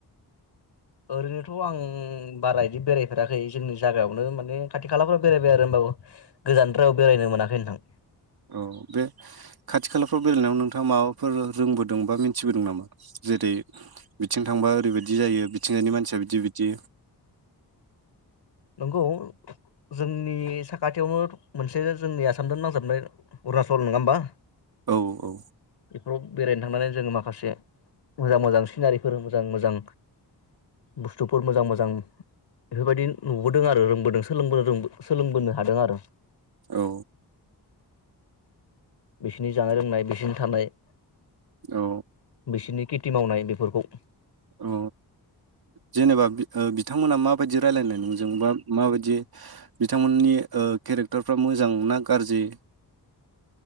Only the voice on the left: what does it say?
ओरैनोथ' आं बारा बिदि बेरायफेराखै जोंनि जायागायावनो माने खाथि खालाफोराव बेरायबाय आरो होनबाबो। गोजान द्रायाव बेरायनो मोनाखै नोंथां।
नंगौ जोंनि साखाथियावबो मोनसे जोंनि आसामजों नांजाबनाय अरुणचल नङा होमबा?
रप बेरायनो थांनानै जोङो माखासे मोजां मोजां सिनारिफोर मोजां मोजां बुस्थुफोर मोजां मोजां बेफोरबायदि नुबोदों आरो रोंबोदों सोलोंबो सोलोंबोनो हादों आरो
बिसिनि जानाय लोंनाय बिसिनि थानाय
बिसोरनि खेथि मावनाय बेफोरखौ